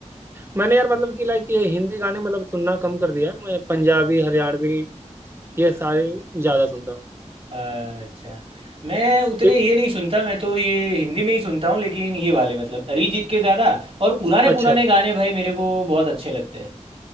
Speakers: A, on the right; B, on the right.
A: मैंने यार मतलब कि लाइक ये हिंदी गाने मतलब सुनना कम कर दिया है मैं पंजाबी हरियाणवी ये सारे ज्यादा सुनता हूँ
B: हैं अच्छा मैं उतने
A: एक
B: ये नहीं सुनता मैं तो ये हिंदी में ही सुनता हूँ लेकिन ये वाले मतलब अरिजीत के ज़्यादा और पुराने
A: अच्छा
B: पुराने गाने भाई मेरे को बहुत अच्छे लगते हैं